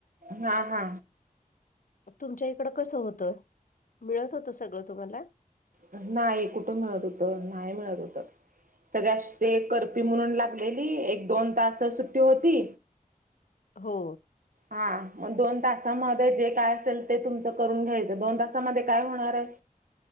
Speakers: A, on the right (about 70°); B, on the left (about 70°).
A: हा हा
B: तुमच्या इकडं कसं होतंय मिळत होत सगळं तुम्हाला
A: नाही कुठं मिळत होत नाही मिळत होत सगळ्या ते कर्फ्यू म्हणून लागलेली एक दोन तास सुट्टी होती
B: हो
A: हा मग दोन तासामध्ये जे काय असेल ते तुमचं करून घ्यायचं दोन तासामध्ये काय होणार आहे